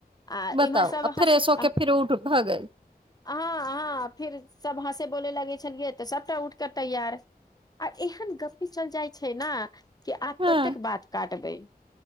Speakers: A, on the left; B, on the right.
A: आ
B: बताउ
A: इम्हर सब हँसी
B: फ्रेश होके फिर उठ भ गेल।
A: हँ हँ फिर सब हँसे बोले लगे छलियै तऽ सबटा उठके तैयार आ एहन गपी चलि जाय छैय ने कि आब
B: हँ
A: कतेक बात काटबय।